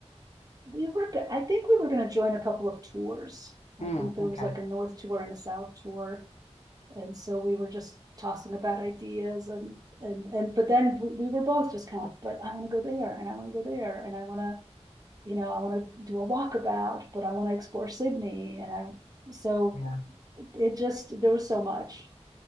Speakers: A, on the right; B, on the left.
A: we were, I think we were gonna join a couple of tours.
B: Mm,
A: I think there
B: okay.
A: was like a north tour and a south tour. And so we were just tossing about ideas and, and, and, but then we were both just kind of, but I wanna go there and I wanna go there and I wanna, you know, I wanna do a walkabout, but I wanna explore Sydney and I, so
B: Yeah.
A: it just, there was so much.